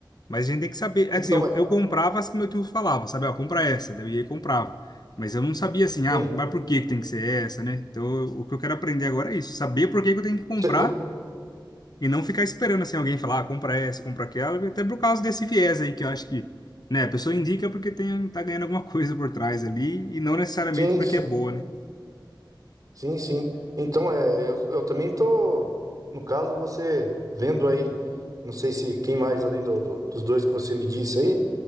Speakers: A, on the left (about 55°); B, on the right (about 45°).
A: Mas a gente tem que saber. É que,
B: Então,
A: assim, eu,
B: mas,
A: eu comprava as que meu tio falava, sabe? Ó, compra essa. Daí eu ia e comprava. Mas eu não sabia assim,
B: sim,
A: ah, mas por que que tem que ser essa, né? Então eu- o que eu quero aprender agora é isso, saber por que que eu tenho que comprar
B: Cê- vo-
A: e não ficar esperando assim alguém falar, ah, compra essa, compra aquela, até por causa desse viés aí que eu acho que, né, a pessoa indica porque tem, tá ganhando alguma coisa por trás ali e não necessariamente
B: sim,
A: porque
B: sim.
A: é boa, né?
B: Sim, sim. Então, é, eu, eu também tô, no caso, você vendo aí, não sei se quem mais além do, do- dos dois que você me disse aí,